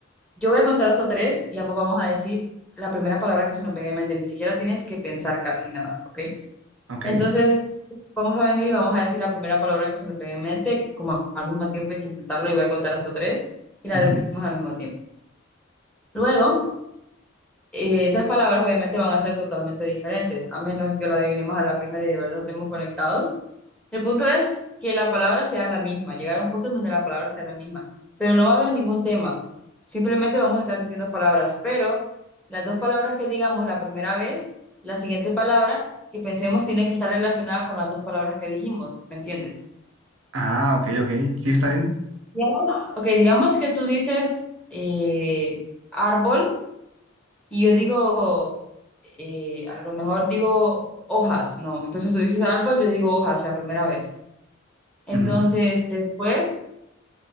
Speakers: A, in the centre; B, on the right (about 80°).
A: Yo voy a contar hasta tres y ambos vamos a decir la primera palabra que se nos venga en mente. Ni siquiera tienes que pensar casi nada, ¿ok?
B: Ok.
A: Entonces, vamos a venir y vamos a decir la primera palabra que se nos venga en mente, como al mismo tiempo hay que intentarlo y voy a contar hasta tres y la
B: ujú.
A: decimos al mismo tiempo. Luego, eh, esas palabras obviamente van a ser totalmente diferentes, a menos que lo adivinemos a la primera y de verdad estemos conectados. El punto es que la palabra sea la misma, llegar a un punto en donde la palabra sea la misma, pero no va a haber ningún tema, simplemente vamos a estar diciendo palabras, pero las dos palabras que digamos la primera vez, la siguiente palabra que pensemos tiene que estar relacionada con las dos palabras que dijimos, ¿me entiendes?
B: Ah, ok, ok. Sí, está bien.
A: Digamos- Ok, digamos que tú dices eh, árbol y yo digo, eh, a lo mejor digo hojas, ¿no? Entonces tú dices árbol, yo digo hojas la primera vez. Entonces
B: Ujú.
A: después...